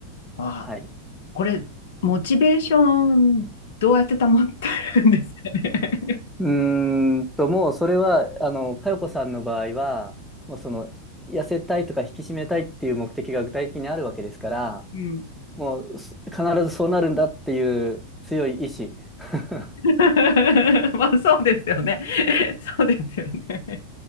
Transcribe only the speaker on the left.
まあ、
これ、モチベーション、どうやって保ってるんですかね。<laughs>
うん。
<laughs> まあ、そうですよね。<laughs> そうですよね。